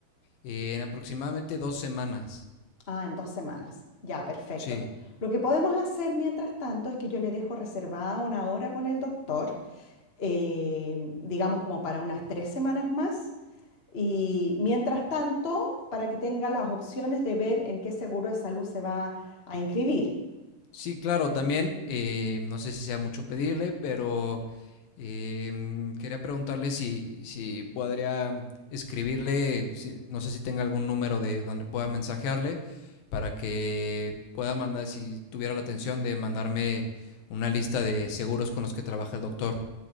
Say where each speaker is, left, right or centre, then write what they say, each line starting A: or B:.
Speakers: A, on the left; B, on the left.
A: Eh, en aproximadamente dos semanas.
B: Ah, en dos semanas. Ya, perfecto.
A: Sí.
B: Lo que podemos hacer mientras tanto es que yo le dejo reservada una hora con el doctor eh, digamos como para unas tres semanas más. Y mientras tanto, para que tenga las opciones de ver en qué seguro de salud se va a inscribir.
A: Sí, claro, también, eh, no sé si sea mucho pedirle, pero em, quería preguntarle si, si podría escribirle, si- no sé si tenga algún número de donde pueda mensajearle para que pueda mandar, si tuviera la atención de mandarme una lista de seguros con los que trabaja el doctor.